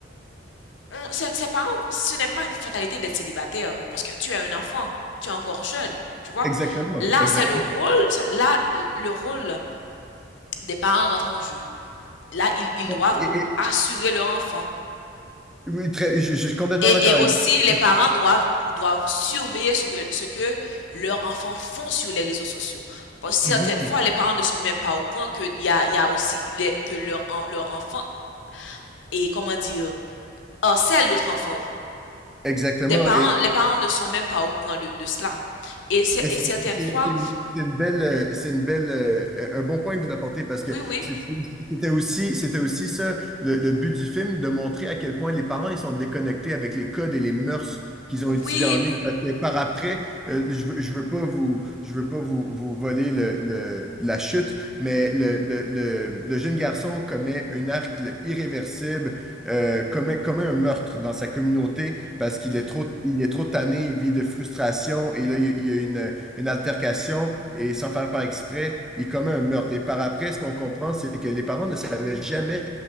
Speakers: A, on the left; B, in the centre.
A: on- ses parents, ce n'est pas une fatalité d'être célibataire. Parce que tu es un enfant, tu es encore jeune, tu vois.
B: Exactement,
A: Là,
B: exactement.
A: c'est le rôle, là, le rôle des parents rentre en jeu. là, ils, ils
B: Et-
A: doivent
B: et-
A: assurer leur enfant.
B: oui, très- je, je suis complètement
A: Et,
B: d'accord
A: et aussi,
B: avec vous.
A: les parents doivent doivent surveiller ce que, ce que leurs enfants font sur les réseaux sociaux. Parce que
B: Mhm.
A: certaines fois, les parents ne sont même pas au courant que y a, il y a aussi les- que leur, en- leur enfant est, comment dire, harcèle d'autres enfants.
B: Exactement.
A: Des parents,
B: Et,
A: les parents ne sont même pas au courant de, de cela. Et,
B: et
A: et
B: C'est
A: certaines
B: c'est-
A: fois,
B: c'est une c'est une belle, euh, c'est une belle, euh, un bon point que vous apportez parce
A: oui,
B: que
A: oui,
B: c'est- c'était aussi, c'était aussi ça le, le but du film, de montrer à quel point les parents ils sont déconnectés avec les codes et les mœurs qu'ils ont utilisés
A: oui,
B: en ligne.
A: mm,
B: Parce que par après, euh, je veux, je veux pas vous, je veux pas vous, vous voler le, le- la chute, mais le, le, le, le jeune garçon commet un acte irréversible, euh, commet, commet un meurtre dans sa communauté parce qu'il
A: mm,
B: est trop, il est trop tanné, il vit de frustration et là, il, y a il y a une une altercation et sans faire par exprès, il commet un meurtre. Et par après, ce qu'on comprend, c'est que les parents ne savaient jamais